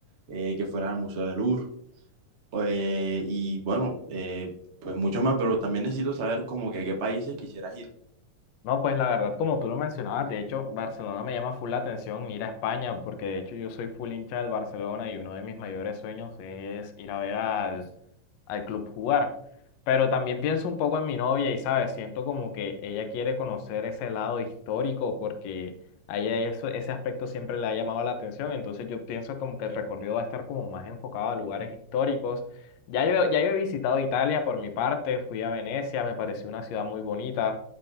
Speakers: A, on the right; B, on the left.
A: eh, que fueras al Museo del Louvre, eh, y bueno, eh, pues mucho más, pero también necesito saber como que a qué países quisieras ir.
B: No, pues la verdad, como tú lo mencionabas, de hecho, Barcelona me llama full la atención ir a España, porque de hecho yo soy full hincha del Barcelona y uno de mis mayores sueños es ir a ver al, al club jugar. Pero también pienso un poco en mi novia y, ¿sabes? Siento como que ella quiere conocer ese lado histórico porque a ella eso- ese aspecto siempre le ha llamado la atención. Entonces yo pienso como que el recorrido va a estar como más enfocado a lugares históricos. Ya yo, ya yo he visitado Italia por mi parte, fui a Venecia, me pareció una ciudad muy bonita